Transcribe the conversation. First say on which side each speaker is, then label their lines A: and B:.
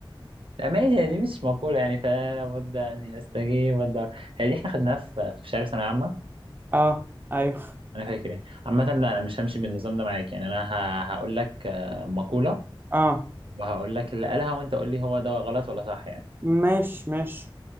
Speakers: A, on the right (about 80°); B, on the right (about 25°).
A: لا ماشي هذه مش مقولة يعني فلا بد أن أستجيب الدار هذه احنا خدناها في في شهر ثانوية عامة
B: اه ايوه
A: أنا فاكر يعني عامة لا أنا مش همشي بالنظام ده معاك يعني أنا ه- هقول لك آه، مقولة
B: اه
A: وهقول لك اللي قالها وأنت قول لي هو ده غلط ولا صح يعني
B: ماشي ماشي